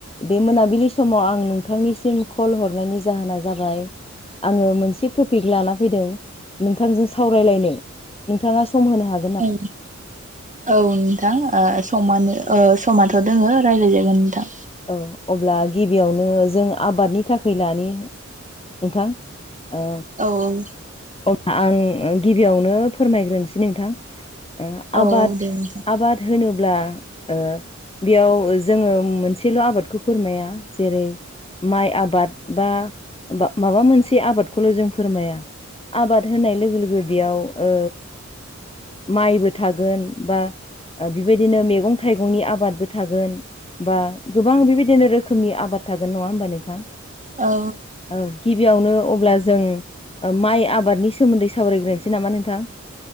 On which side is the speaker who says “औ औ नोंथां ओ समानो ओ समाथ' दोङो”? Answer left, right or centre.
Right